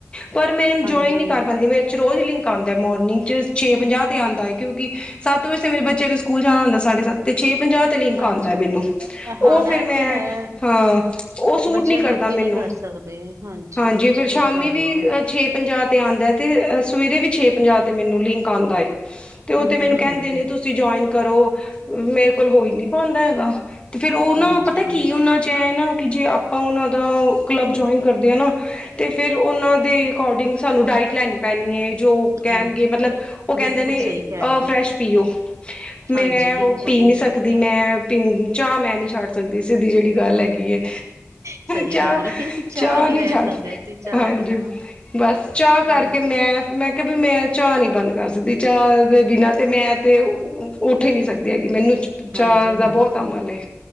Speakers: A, on the left; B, on the right.
A: ਪਰ ਮੈਂ
B: ਹਾਂਜੀ
A: ਜੁਆਇੰਨ ਨੀ ਕਰ ਪਾਉਂਦੀ ਮੇਰੇ ਰੋਜ਼ ਲਿੰਕ ਆਉਦਾ ਮੋਰਨਿੰਗ 'ਚ, ਛੇ ਪੰਜਾਹ 'ਤੇ ਆਉਂਦਾ ਹੈ ਕਿਉਂਕਿ ਸੱਤ ਵਜੇ ਤੇ ਮੇਰੇ ਬਚਿਆਂ ਨੇ ਸਕੂਲ ਜਾਣਾ ਹੁੰਦਾ। ਸਾਢੇ ਸਤ ਤੇ ਛੇ ਪੰਜਾਹ ਤੇ ਤੇ ਲਿੰਕ
B: ਹਾਂਜੀ
A: ਆਉਦਾ
B: ਹਾਂਜੀ
A: ਮੈਨੂੰ, ਉਹ
B: ਹਾਂ
A: ਫਿਰ
B: ਇਹ
A: ਮੈਂ
B: ਤੇ ਹੈ
A: ਹਾਂ ਉਹ ਸੂਟ
B: ਬੱਚਿਆਂ
A: ਨੀ ਕਰਦਾ
B: ਕਰਕੇ
A: ਮੈਨੂੰ।
B: ਨਹੀਂ ਕਰ ਸਕਦੇ
A: ਹਾਂਜੀ
B: ਬਿਲਕੁਲ
A: ਫੇਰ
B: ਠੀਕ
A: ਸ਼ਾਮੀ
B: ਕਹਿ
A: ਵੀ
B: ਰਹੇ ਹੋ
A: ਛੇ ਪੰਜਾਹ ਤੇ ਆਂਉਦਾ ਏ ਤੇ ਸਵੇਰੇ ਵੀ ਛੇ ਪੰਜਾਹ ਤੇ ਮੈਨੂੰ ਲਿੰਕ ਆਉਂਦਾ ਏ। ਤੇ ਉਹ
B: ਹਮ
A: ਤੇ ਮੈਨੂੰ
B: ਹਮ
A: ਕਹਿੰਦੇ ਨੇ ਤੁਸੀ ਜੁਆਇੰਨ ਕਰੋ। ਮੇਰੇ ਕੋਲ ਹੋਈ ਨੀ ਪਾਂਉਦਾ ਹੈਗਾ, ਤੇ ਫੇਰ ਉਹ ਨਾਂ
B: ਹਾਂਜੀ
A: ਪਤਾ ਕੀ ਉਹਨਾਂ ਚੈਨਕ ਜੇ ਆਪਾਂ ਉਹਨਾਂ ਦਾ ਕਲੱਬ ਜੁਆਇੰਨ ਕਰਦੇ ਆ ਨਾ ਤੇ ਫੇਰ ਉਹਨਾਂ ਦੇ ਅਕੋਡਿੰਗ ਸਾਨੂੰ ਡਾਇਟ ਲੈਣੀ ਪੈਣੀ ਏ ਜੋ ਉਹ ਕਹਿਣਗੇ,
B: ਹਾਂ
A: ਮਤਲਬ ਉਹ ਕਹਿੰਦੇ
B: ਬਿਲਕੁਲ
A: ਨੇ
B: ਸਹੀ ਕਹਿ
A: ਅ
B: ਰਹੇ ਹੋ
A: ਫਰੈਸ਼ ਪੀਓ। ਮੈਂ
B: ਹਾਂਜੀ ਬਿਲਕੁਲ
A: ਉਹ ਪੀ ਨੀ ਸਕਦੀ। ਮੈਂ ਪੀਂ ਚਾਹ ਮੈਂ ਨੀ ਛੱਡ ਸਕਦੀ, ਸਿੱਧੀ ਜਿਹੜੀ ਗੱਲ ਹੈਗੀ ਹੈ,
B: ਸਹੀ
A: ਚਾਹ,
B: ਗੱਲ ਹੈ
A: ਚਾਹ
B: ਨਹੀਂ
A: ਨੀ
B: ਰਹਿ
A: ਛੱਡ
B: ਸਕਦੇ ਅਸੀਂ ਚਾਹ
A: ਹਾਂਜੀ
B: ਬਿਨਾਂ
A: ਬਸ ਚਾਹ ਕਰਕੇ
B: ਹਾਂਜੀ
A: ਮੈਂ, ਮੈਂ ਕਿਹਾ ਵੀ ਮੈਂ ਚਾਹ ਨਹੀਂ ਬੰਦ ਕਰ ਸਕਦੀ ਚਾਹ ਦੇ ਬਿਨਾਂ ਤੇ ਮੈਂ ਤੇ ਉੱਠ ਹੀ ਨਹੀਂ ਸਕਦੀ ਹੈਗੀ, ਮੈਨੂੰ ਚਾਹ
B: ਹਾਂਜੀ-
A: ਦਾ
B: ਹਾਂਜੀ,
A: ਬਹੁਤ ਅਮਲ ਏ